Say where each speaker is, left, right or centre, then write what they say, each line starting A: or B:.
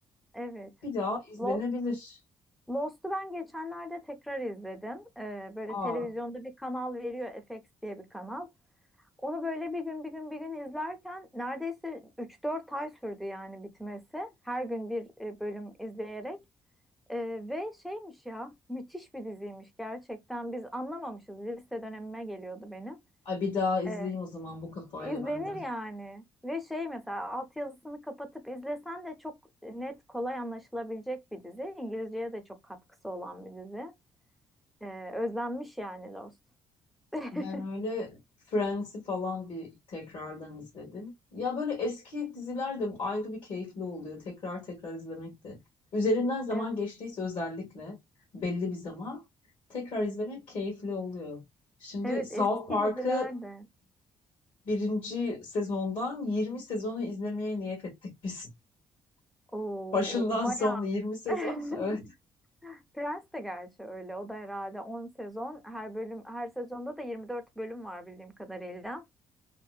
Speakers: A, in the centre; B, on the left.
A: Evet.
B: Bir daha izlenebilir.
A: Lo- Lost'u ben geçenlerde tekrar izledim. Ee, böyle
B: Aa,
A: televizyonda bir kanal veriyor, FX diye bir kanal. Onu böyle bir gün bir gün bir gün izlerken neredeyse üç dört ay sürdü yani bitmesi. Her gün bir e, bölüm izleyerek. Ee, ve şeymiş ya, müthiş bir diziymiş gerçekten. Biz anlamamışız. Lise dönemime geliyordu benim.
B: ay bir daha izleyeyim
A: Ee,
B: o zaman bu kafayla
A: İzlenir
B: benden.
A: yani. Ve şey mesela altyazısını kapatıp izlesen de çok net, kolay anlaşılabilecek bir dizi. İngilizceye de çok katkısı olan bir dizi. Ee, özlenmiş yani Lost. <laughs>
B: Ben öyle Friends'i falan bir tekrardan izledim. Ya böyle eski diziler de ayrı bir keyifli oluyor. Tekrar tekrar izlemek de. Üzerinden zaman
A: Evet,
B: geçtiyse özellikle belli bir zaman tekrar izlemek keyifli oluyor. Şimdi
A: evet
B: South
A: eski
B: Park'ı
A: diziler de.
B: birinci sezondan 20 sezonu izlemeye niyet ettik biz.
A: Oo,
B: <laughs> Başından
A: o bayağı.
B: sonuna 20 sezon.
A: <laughs>
B: <laughs> Evet.
A: Prens de gerçi öyle. O da herhalde 10 sezon. Her bölüm her sezonda da 24 bölüm var bildiğim kadarıyla.